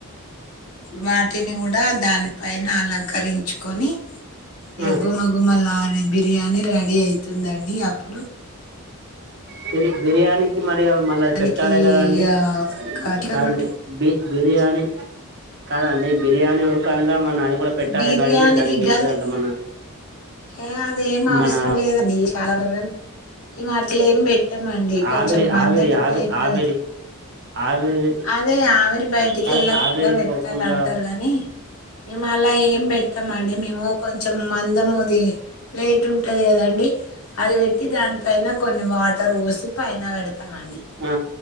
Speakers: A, on the left (about 65°); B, on the right (about 50°).
A: వాటిని కూడా దాని పైన అలంకరిం చ్చుకొని ఇగ
B: ఆ
A: గుమగుమలాడి బిర్యానీ రెడీ అయితుందండి అప్పుడు
B: కురి బిర్యాణికి మరియా మళ్ళ
A: దానికి
B: అది పెట్టాలి కదండి
A: ఇగ చికెన్
B: కాదు
A: ఉంటే
B: బి బి బిర్యానీ కాదండి బిర్యానీ ఉరకంగా మన అది కూడా పెట్టాలి
A: బిర్యానీకి
B: కాండి మనకి ఏంటిదంట
A: గది
B: మన
A: ఏ అదేం అవసరం
B: మన
A: లేదండి చాలా <unintelligible> ఈ మట్లేమ్ ఏమి పెట్టామండి కొంచెం
B: ఆవిరి
A: మందటి
B: ఆవిరి
A: ప్లేట్
B: ఆవి
A: పెడతాం
B: ఆవిరి ఆవేరి
A: అదే ఆ మరి బయటికి
B: కాదు
A: వెళ్ళక కుడా
B: ఆవేరి
A: ఫులా పెట్టాలంటారు
B: పోకుండా
A: గానీ మేము అలా ఏం పె ంటా అండి మేము కొంచెం మందము ది లేటుంటది ఉంటది కదా డి అది పెట్టి దాని పన కొన్ని వాటర్ పోస్ పైన వెడు తమండి
B: ఆ